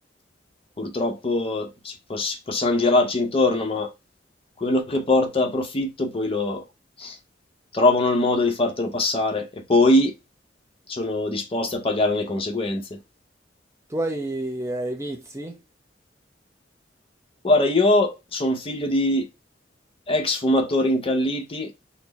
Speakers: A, on the left; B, on the right.
A: purtroppo si, può- si possiamo girarci intorno, ma quello che porta a profitto poi lo trovano il modo di fartelo passare e poi sono disposti a pagare le conseguenze.
B: Tu hai, hai vizi? Eh,
A: Guarda, io sono figlio di ex fumatori incalliti,